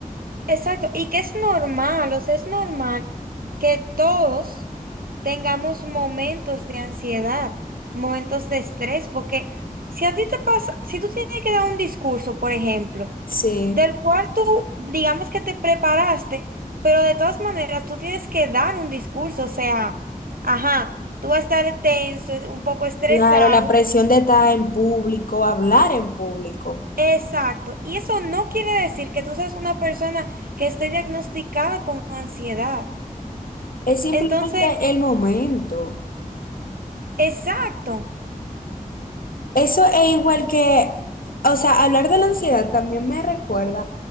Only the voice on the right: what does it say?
Exacto, y que es normal, o sea, es normal que todos tengamos momentos de ansiedad, momentos de estrés, porque si a ti te pasa, si tú tienes que dar un discurso, por ejemplo,
del cual tú, digamos que te preparaste, pero de todas maneras tú tienes que dar un discurso, o sea, ajá, tú vas a estar tenso, es- un poco estresado.
Exacto, y eso no quiere decir que tú seas una persona que esté diagnosticada con ansiedad.
Entonces,
exacto,